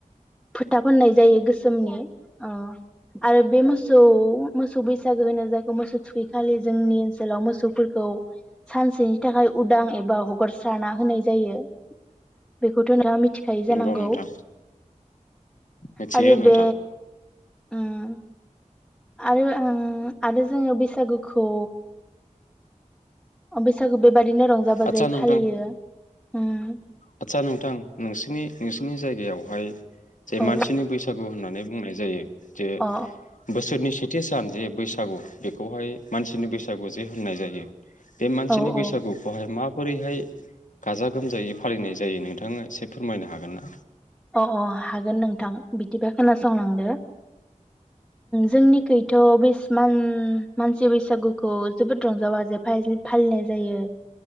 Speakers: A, in the centre; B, on the left (about 75°).
A: फोथा फोननाय जायो गोसोमनि ओ आरो बे मोसौ मोसौ बैसागो होनो जायखौ मोसौ थुखैखालि जोंनि ओनसोलाव मोसौफोरखौ सानसेनि थाखाय उदां एबा हगार सारना होनाय जायो बेखौथ' नोंथाङा मि थि खायो जानांगौ?
B: नंगौ नोंथां मिथियो
A: आरो
B: नोंथां
A: बे उम आरो आं आरो जों बैसागुखौ बैसागु बेब बादिनो रंजा बाजायै
B: आदसा नोंथां
A: फालियो। उम
B: आदसा नोंथां नोंसिनि नोंसिनि जायगायावहाय जे
A: अ
B: मानसिनि बैसागु होननानै बुंनाय जायो। जे
A: अ
B: बोसोरनि से थि सान जे बैसागु बेखौहाय मानसिनि बैसागु जे होननाय जायो। बे मानसिनि
A: औ
B: बैसागुखौहाय
A: औ
B: मा बोरैहाय गाजा गोमजायै फालिनाय जायो नोंथाङा एसे फोरमायनो हागोन ना?
A: अ अ हागोन नोंथां बिदिबा खोनासंलांदो जोंनिखैथन बेसिमान मानसि बैसागुखौ जोबोद रंजा बाजे फाज फालिनाय जायो